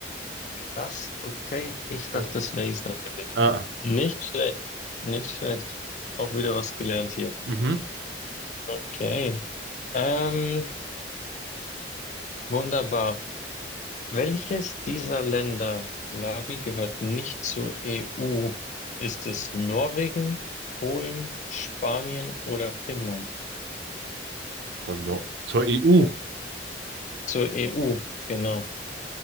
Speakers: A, on the left; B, on the right.
A: krass. Okay, ich dachte,
B: Ja.
A: es wäre Island gewesen.
B: Ah,
A: Nicht schlecht. Nicht schlecht. Auch wieder was gelernt hier.
B: Mhm.
A: Okay. Ähm, wunderbar. Welches dieser Länder, Labi, gehört nicht zur EU? Ist es Norwegen, Polen, Spanien oder Finnland?
B: Von Nor zur EU.
A: Zur EU, genau.